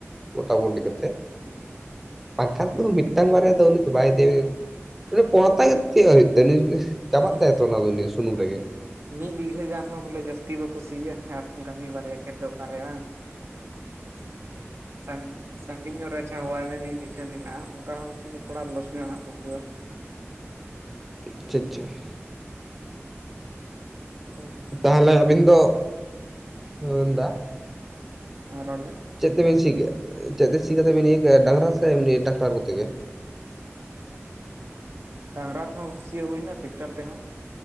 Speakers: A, in the centre; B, on the right (about 60°).
A: ᱜᱚᱴᱟ ᱜᱩᱴᱤ ᱠᱟᱛᱮᱫ᱾
B: ᱦᱩᱸ᱾
A: <unintelligible> ᱛᱳ ᱢᱤᱫ ᱢᱤᱫᱴᱟᱝ ᱵᱟᱨᱟᱭ ᱫᱚ ᱩᱱᱤ ᱫᱚ ᱵᱟᱭ ᱤᱫᱤᱭ, ᱩᱱᱤ ᱯᱚᱨᱛᱟ ᱜᱮᱛ ᱪᱮᱜ ᱵᱟᱭ ᱦᱩᱭᱩᱜ ᱛᱟ ᱩᱱᱤ ᱪᱟᱵᱟᱜ
B: ᱢᱤᱫ
A: ᱛᱟᱭᱟ ᱛᱚ ᱳᱱᱟ ᱫᱚ ᱱᱤᱭᱟ. ᱥᱩᱱᱩᱢ ᱨᱮᱜᱮ ᱾
B: ᱢᱤᱫ ᱵᱤᱜᱷᱟᱹ ᱜᱟᱱ ᱦᱚᱸ ᱵᱚᱞᱮ ᱡᱟᱹᱥᱛᱤ ᱵᱟᱠᱩ ᱥᱤᱭᱟ ᱟᱨ ᱚᱱᱠᱟ ᱢᱤᱫ ᱵᱟᱨᱭᱟ ᱠᱷᱮᱛ ᱫᱚ ᱚᱠᱟᱨᱮ ᱵᱟᱝ ᱾
A: <inaudible>
B: <unintelligible> ᱥᱟᱝ ᱥᱟᱺᱜᱤᱧ ᱧᱚᱜ ᱨᱮ ᱟᱪᱪᱷᱟ ᱦᱚᱦᱚ ᱣᱟᱭ ᱢᱮ ᱢᱤᱫ ᱵᱤᱜᱷᱟᱹ ᱢᱮᱱᱟᱜᱼᱟ ᱚᱝᱠᱟ ᱦᱚᱸ ᱛᱷᱚᱲᱟ ᱞᱚᱥ ᱧᱚᱜ ᱦᱟᱸᱜ ᱟᱹᱭᱠᱟ. ᱣᱼᱟ ᱾
A: ᱟᱪᱷᱟ ᱟᱪᱷᱟ ᱾
B: ᱟᱹᱭᱠᱟᱹᱣᱟ
A: ᱛᱟᱦᱮᱞᱮ ᱟᱵᱤᱱ ᱫᱚ ᱢᱮᱱ ᱫᱟ
B: ᱦᱮᱸ ᱨᱚᱲ ᱵᱮᱱ ᱾
A: ᱪᱮᱫ ᱛᱮᱵᱮᱱ ᱥᱤ ᱠᱮᱜ-ᱟ ᱪᱮᱜ ᱛᱮ ᱥᱤ ᱠᱟᱛᱮ ᱵᱤᱱ ᱤᱭᱟᱹ ᱠᱮᱜᱼᱟ ᱰᱟᱝᱨᱟ ᱥᱮ ᱮᱢᱱᱤ ᱴᱟᱠᱴᱟᱨ ᱠᱚᱛᱮ ᱜᱮ?
B: ᱰᱟᱝᱨᱟ ᱛᱮᱦᱚᱸ ᱥᱤᱭᱟᱹᱜ ᱦᱩᱭᱱᱟ ᱴᱮᱠᱴᱟᱨ ᱛᱮᱦᱚᱸ ᱾